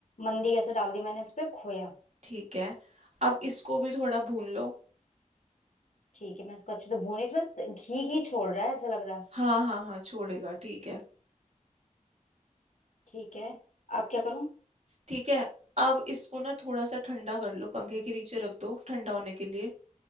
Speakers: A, on the left (about 60°); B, on the right (about 55°).
A: मंदी कैसे डाल दी मैंने इस पे खोया
B: ठीक है अब इसको भी थोड़ा भून लो
A: ठीक है मैं इसको अच्छे से भून इसमें घी घी छोड़ रहा है ऐसा लग रहा है
B: हाँ हाँ हाँ छोड़ेगा ठीक है
A: ठीक है अब क्या करूँ
B: ठीक है अब इसको ना थोड़ा सा ठंडा कर लो पंखे के नीचे रख दो ठंडा होने के लिए